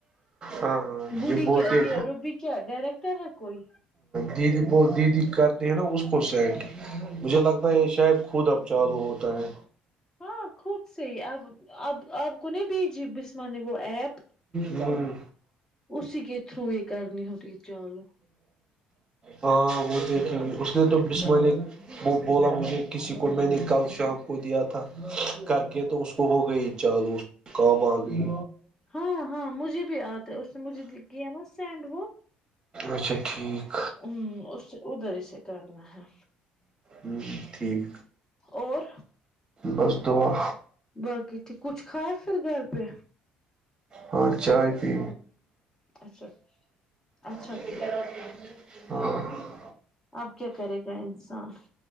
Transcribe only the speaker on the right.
ہاں ہاں
یہ بولتے
دیدی بول دیدی کرتے ہیں نا اس کو سینڈ مجھے لگتا ہے یہ شاید خود اب چالو ہوتا ہے
ہاں
ہاں وہ دیکھے اس نے تو بسما نے وہ بولا مجھے کسی کو میں نے کل شام کو دیا تھا کر کے تو اس کو ہو گئی چالو کام آ گئی
اچھا ٹھیک
ہوں ٹھیک
بس دعا
ہاں چائے پی
<unintelligible>